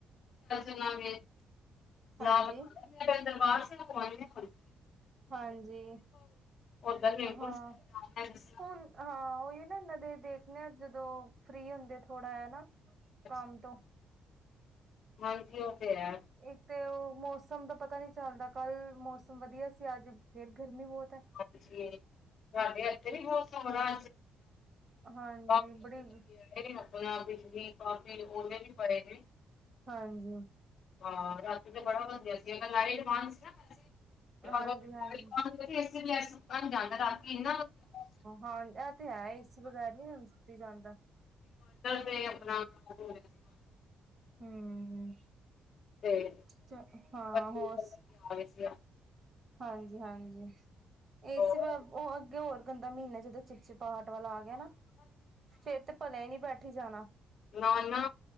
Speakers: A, on the left; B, on the right.
A: ਚਲ ਚਲਾਂਗੇ। <unintelligible>
B: ਹਾਂਜੀ
A: ਪਾਸ <unintelligible>
B: ਹਾਂਜੀ
A: ਓਦਾਂ ਹੇਮਕੁੰਟ
B: ਹਾਂ
A: ਸਾਹਿਬ ਜਾਣਾ ਜਿਸ
B: ਹੁਣ ਹਾਂ। ਨਾ ਨਦੇ ਦੇਖਦੇ ਆ ਜਦੋਂ ਫ੍ਰਰੀ ਹੁੰਦੇ ਥੋੜਾ ਨਾ
A: ਤਰ੍ਹਾਂ
B: ਕੰਮ ਤੋਂ
A: ਹਾਂਜੀ ਉਹ ਤੇ ਹੈ
B: ਇੱਕ ਤੇ ਉਹ ਮੌਸਮ ਦਾ ਪਤਾ ਨੀ ਚੱਲਦਾ। ਕੱਲ ਮੌਸਮ ਵਧੀਆ ਸੀ ਅੱਜ ਫੇਰ ਗਰਮੀ ਬਹੁਤ ਹੈ।
A: ਹਾਂਜੀ ਸਾਡੇ ਇੱਥੇ ਵੀ ਬਹੁਤ ਥੋੜਾ
B: ਹਾਂਜੀ
A: ਕਾਫੀ
B: ਬੜੀ
A: ਆਪਣਾ ਬਿਜਲੀ ਪਾ ਵੀ ਉਹਨੇ ਵੀ ਪਾਏ ਨੇ
B: ਹਾਂਜੀ
A: ਹਾਂ, ਰਾਤ ਤੇ ਬੜਾ ਬਦਲਾਅ ਸੀ ਲਾਈਟ। <unintelligible>
B: ਹਾਂਜੀ-ਹਾਂਜੀ।
A: ਅਗਰ ਲਾਈਟ ਬੰਦ ਹੋਵੇ ਏਸੀ ਜਾਂਦਾ ਨਾ ਇਨਵਰਟਰ
B: ਹਾਂ ਇਹ ਤੇ ਹੈ ਏਸੀ ਬਗੈਰ ਨੀ ਹੁਣ ਸੁੱਤੀ ਜਾਂਦਾ
A: ਤੇ <unintelligible> ਆਪਣਾ
B: ਹਮ
A: <unintelligible> <inaudible>
B: ਹੂੰ।
A: ਤੇ
B: ਚ, ਹਾਂ,
A: ਆ
B: ਹੋਰ ਸੁ
A: ਗਏ ਸੀ
B: ਹਾਂਜੀ-ਹਾਂਜੀ, ਏਸੀ
A: ਹੋਰ
B: ਉਹ ਅੱਗੇ ਹੋਰ ਗੰਦਾ ਮਹੀਨਾ ਜਦੋਂ ਚਿਪ- ਚਿਪ, ਪਹਾਟ ਵਾਲਾ ਆ ਗਿਆ ਨਾ, ਫੇਰ ਤੇ ਭਲੇ ਹੀ ਨੋ ਬੈਠੀ ਜਾਣਾ
A: ਨਾ ਨਾ